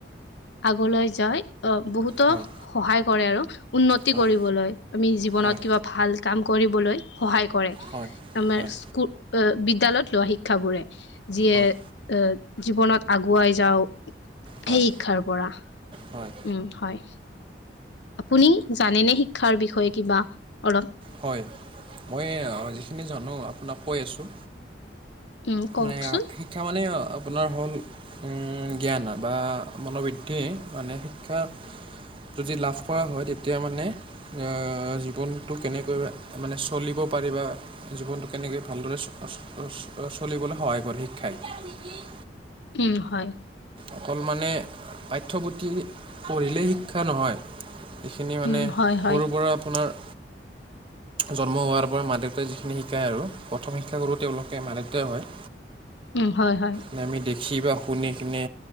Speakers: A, on the left (about 80°); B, on the right (about 30°).
A: আগলৈ যায় আহ বহুতো
B: হয়
A: - সহায় কৰে আৰু উন্নতি
B: হয়
A: কৰিবলৈ, আমি জীৱনত
B: হয়
A: কিবা ভাল কাম কৰিবলৈ - সহায় কৰে,
B: হয়
A: আমাৰ
B: হয়
A: স্কুল আ বিদ্যালয়ত লোৱা শিক্ষাবোৰে যিয়ে
B: হয়
A: এ জীৱনত আগুৱাই যাওঁ।
B: হয়
A: সেই শিক্ষাৰ পৰা
B: হয়
A: উম হয়। আপুনি জানেনে শিক্ষা বিষয়ে কিবা অলপ?
B: হয় মই আ যিখিনি জানো আপোনাক কৈ আছোঁ।
A: উম কওকচোন
B: মানে আ শিক্ষা মানে আ পোনাৰ হ'ল উম জ্ঞান বা মনোবৃদ্ধি মানে শিক্ষা যদি লাভ কৰা হয় তেতিয়া মানে আ জীৱনটোক কেনেকৈ মানে চলিব পাৰিবা। জীৱনটো কেনেকৈ ভালদৰে চ চ চ চলিবলৈ সহায় কৰে শিক্ষাই।
A: উম হয়।
B: অকল মানে পাঠ্যপুথি পঢ়িলে শিক্ষা নহয়। এইখিনি মানে
A: উম হয়
B: সৰুৰ
A: হয়
B: পৰা আপোনাৰ জন্ম হোৱাৰ পৰা মা - দেউতাই যিখিনি শিকায় আৰু প্ৰথম শিক্ষাগুৰু তেওঁলোকে মা দেউতাই হয়।
A: উম হয় হয়।
B: না আমি দেখি বা শুনি কিনে